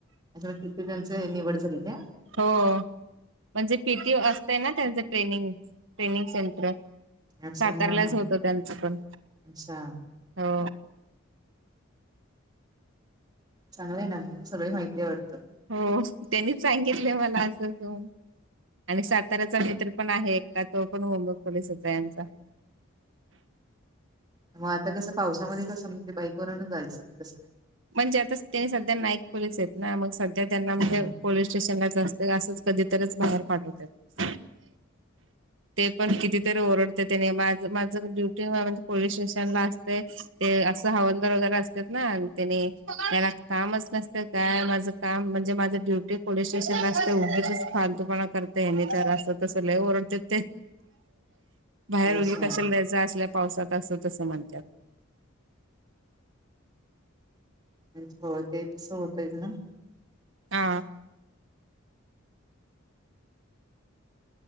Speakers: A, on the right; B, on the right.
A: अच्छा तिथे त्यांचा एरिया वड झाली का?
B: हो म्हणजे पीटी असते ना त्यांचं ट्रेनिंग ट्रेनिंग सेंटर.
A: अच्छा
B: सातारालाच
A: हा हा
B: होत त्यांचं पण
A: अच्छा
B: हो.
A: चांगलं आहे ना सगळी माहिती आहे वाटतं.
B: हो त्यांनीच सांगितले मला असं घेऊन. आणि साताऱ्याचा मित्र पण आहे एकटा तो पण मुंबई पोलिसचा आहे यांचा.
A: मग आता कसं पावसामध्ये कसं म्हण ते बाईक वरूनच जायचं तसं
B: म्हणजे आता त्यांनी सध्या नाईक पोलीस आहेतेत ना मग सध्या त्यांना म्हणजे
A: हा हा
B: पोलीस स्टेशनलाच जास्त असंच कधीतरीच बाहेर पाठवतात. ते पण कितीतरी ओरडते त्याने माझ माझं ड्युटी म्हणजे पोलीस स्टेशनला अस तय ते असं हवालदार वगैरे असतात ना त्याने मला कामच नसत काय माझं काम म्हणजे माझं ड्युटी पोलीस स्टेशन असते उगीचच फालतूपणा करताय नाही तर असं तसं लय ओरडते ते बाहेर
A: अच्छा
B: रोगी कशा लज असल्या पावसात असं तसं म्हणतात.
A: म्ह हो ते तसं होतय ग.
B: हा.